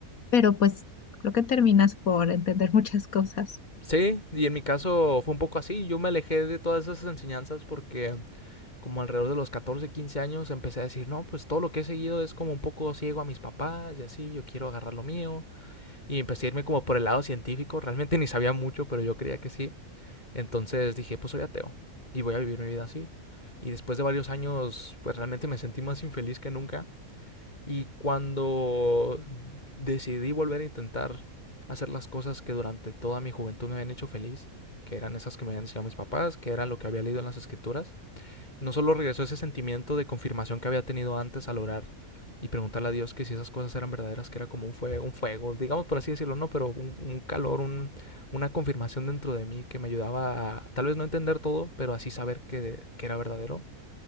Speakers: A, on the left; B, on the left.
A: pero pues creo que terminas por entender muchas cosas.
B: Sí, y en mi caso fue un poco así. Yo me alejé de todas esas enseñanzas porque como alrededor de los 14, 15 años empecé a decir, no, pues todo lo que he seguido es como un poco ciego a mis papás y así, yo quiero agarrar lo mío. Y empecé a irme como por el lado científico. Realmente <laughs> ni sabía mucho, pero yo creía que sí. Entonces dije, pues soy ateo y voy a vivir mi vida así. Y después de varios años, pues realmente me sentí más infeliz que nunca. Y cuando decidí volver a intentar hacer las cosas que durante toda mi juventud me habían hecho feliz, que eran esas que me habían enseñado mis papás, que era lo que había leído en las escrituras, no solo regresó ese sentimiento de confirmación que había tenido antes al orar y preguntarle a Dios que si esas cosas eran verdaderas, que era como un fuego, un fuego digamos por así decirlo, no, pero un, un calor, un, una confirmación dentro de mí que me ayudaba a tal vez no entender todo, pero así saber que, que era verdadero